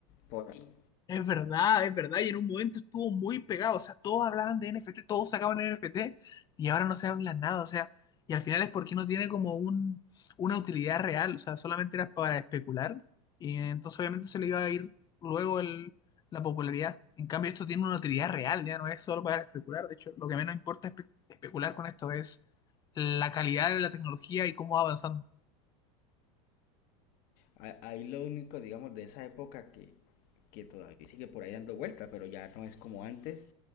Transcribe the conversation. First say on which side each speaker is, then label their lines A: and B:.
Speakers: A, on the left; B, on the left.
A: por ahí.
B: Es verdad, es verdad. Y en un momento estuvo muy pegado. O sea, todos hablaban de NFT, todos sacaban NFT y ahora no se habla nada. O sea, y al final es porque no tiene como un, una utilidad real. O sea, solamente era para especular. Y entonces obviamente se le iba a ir luego el, la popularidad. En cambio, esto tiene una utilidad real, ya no es solo para especular. De hecho, lo que menos importa espe- especular con esto es la calidad de la tecnología y cómo va avanzando.
A: Ah, Ahí lo único, digamos, de esa época que, que todavía sigue por ahí dando vuelta, pero ya no es como antes.